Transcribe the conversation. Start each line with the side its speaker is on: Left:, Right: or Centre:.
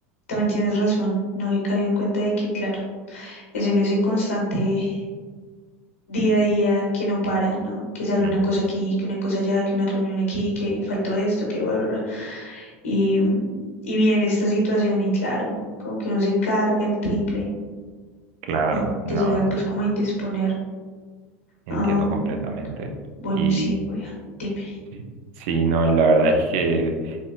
Left: también tienes razón, no he caído en cuenta de que, claro, es en ese constante día a día que no para, ¿no? Que sale
Right: Mm,
Left: una cosa aquí, que una cosa allá, que una reunión aquí, que faltó esto, que bla, bla, bla. Y, mm, y viene esta situación y claro, como que uno se carga el triple
Right: Claro,
Left: y te
Right: no,
Left: llega pues
Right: ent-
Left: como a indisponer.
Right: entiendo
Left: Am,
Right: completamente.
Left: bueno,
Right: Y
Left: sí, voy a, dime.
Right: sí, sí, no, y la verdad es que